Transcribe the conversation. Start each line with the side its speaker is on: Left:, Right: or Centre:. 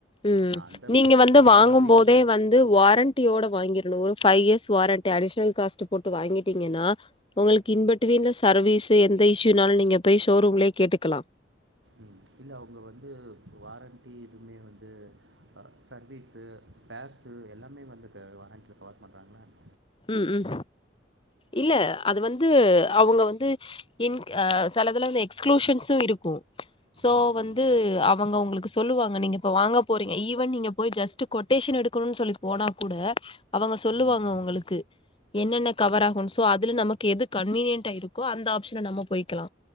Left: உம்
Right: நான் அந்த
Left: நீங்க வந்து
Right: அந்த
Left: வாங்கு
Right: மாதிரியும்
Left: போதே
Right: போ
Left: வந்து வாரண்டியோட வாங்கிருணு ஒரு five years warranty additional cost போட்டு வாங்கிட்டீங்கன்னா உங்களுக்கு இன் பிட்வின் சர்வீஸ் எந்த இந்த இஷயூனாலு நீங்க போய் ஷோரூம்லயே கேட்டுக்கலா
Right: உம் இல்ல அவங்க வந்து வாரண்டண்டி இதுவுமே வந்து இது சர்வீஸு ஸ்பேர்ஸு எல்லாமே வந்து வாரட்டியில கவர் பண்ணுறாங்களன்
Left: உம் உம் இல்ல அது வந்து அவங்க வந்து இங் சிலதுல வந்து எக்ஸ்களூசன்ஸு ம் இரு க்கும் சோ
Right: ம்
Left: வந்து
Right: ம்
Left: அவங்க உங்களுக்கு சொல்லுவாங்க நீங்க இப்போ வாங்க போறீங்க ஈவன் நீங்க போய் ஜஸ் கொட்டேஷன் எடுக்கணும்னு சொல்லி போனா கூட அவங்க சொல்லுவாங்க
Right: ம் ம்
Left: உங்களுக்கு என்னென்ன கவர் ஆகும் சோ அதுல நமக்கு எது கன்வீனியன்டா இருக்கோ அந்த ஆப்ஷன்ல நம்ம போய்கலா